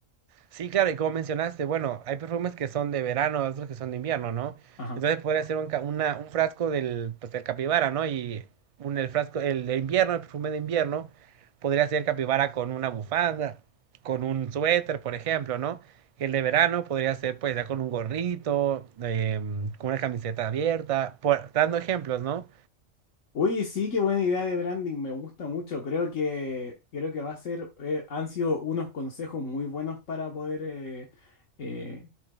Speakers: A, on the right; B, on the left.
A: Sí, claro, y como mencionaste, bueno, hay perfumes que son de verano, otros que son de invierno, ¿no?
B: Ajá.
A: Entonces podría ser un, ca- una- un frasco del, pues, del capibara, ¿no? Y un, el frasco, el de invierno, el perfume de invierno, podría ser capibara con una bufanda, con un suéter, por ejemplo, ¿no? Y el de verano podría ser, pues, ya con un gorrito, em, con una camiseta abierta, por- dando ejemplos, ¿no?
B: Oye, sí, qué buena idea de branding, me gusta mucho. Creo que, creo que va a ser, eh, han sido unos consejos muy buenos para poder eh, eh,